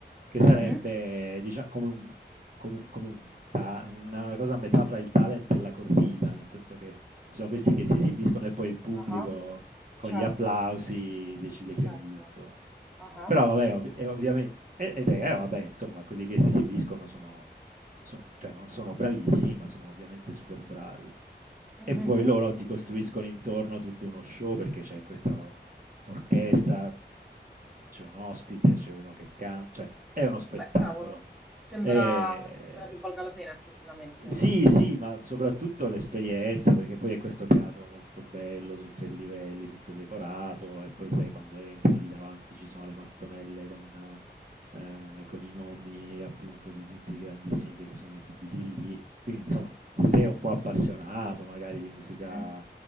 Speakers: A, on the right (about 45°); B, in the centre.
A: che sarebbe,
B: Mhm,
A: diciamo, come un, come, come un ta- una cosa a metà fra il talent e la corrida, nel senso che ci sono questi che si esibiscono e poi il pubblico
B: ah,
A: con
B: certo,
A: gli applausi decide
B: certo.
A: chi ha vinto.
B: Ah,
A: Però vabbè, ovvi- e ovviamente, e- ed è, eh, vabbè, insomma, quelli che si esibiscono sono, sono- cioè non sono bravissimi, ma sono ovviamente super bravi.
B: mhm,
A: E poi
B: mhm.
A: loro ti costruiscono intorno tutto uno show perché c'è questa orchestra, c'è un ospite, c'è uno che canta, cioè è uno spettacolo.
B: Beh, cavolo, sembra,
A: E,
B: sembra che valga la pena effettivamente.
A: sì, sì, ma soprattutto l'esperienza, perché poi è questo teatro molto bello su tre livelli, tutto decorato, e poi sai quando entri lì davanti ci sono le mattonelle con, eh, con i nomi appunto di tutti i grandissimi che si sono esibiti lì. Quindi insomma, se sei un po' appassionato magari di musica
B: Mhm,